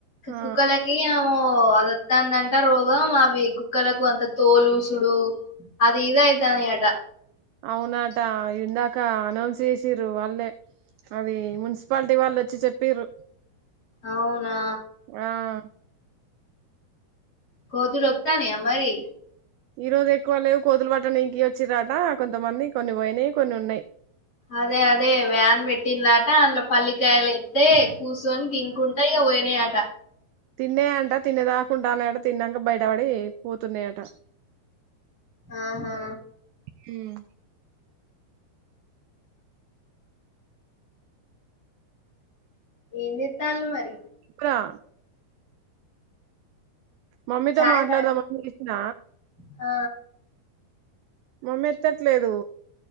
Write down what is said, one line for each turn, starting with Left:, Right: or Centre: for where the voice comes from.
Right: ఆ
Left: కుక్కలకి ఆ ఓ అదత్తందంట రోగం అవి కుక్కలకు అంత తోలుసుడు. అది ఇదైతని అట
Right: అవునట ఇందాక అనౌన్స్ చేసిండ్రు వాళ్ళే అది మున్సిపాలిటీ వాళ్ళు వచ్చి చెప్పిరు
Left: అవునా
Right: అ
Left: కోతులు వత్తునయ మరీ
Right: ఈ రోజు ఎక్కువ లేవు కోతులు పట్ట నికి వచ్చిన్ రట కొంతమంది కొన్ని పోయినాయి కొన్ని ఉన్నాయి
Left: అదే అదే వ్యాన్ పెట్టినరట అందులో పల్లికాయలు ఎత్తే కూస్సోని తినుకున్ లైన్ గా పోయినై అట
Right: తిన్నాయి అంట తినేదాకా ఉంటానయట తిన్నాక బయటపడి పోతున్నాయట
Left: ఆహా
Right: మ్
Left: ఎం చేత్తాలను మరీ
Right: రా మమ్మీతో
Left: చాయ్
Right: మాట్లాడదాం
Left: తాగి
Right: అని పిలిసిన
Left: ఆ
Right: మమ్మ ఎత్తట్లేదు